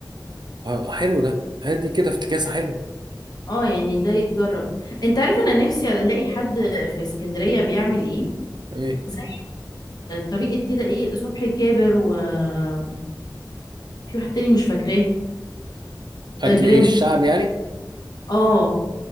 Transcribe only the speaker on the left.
اه يعني ده يتجرب انت عارف انا نفسي الاقي حد في اسكندريه بيعمل ايه
زي طريقه كده ايه صبحي كابر وفي واحد تاني مش فاكراه
البرنس
اه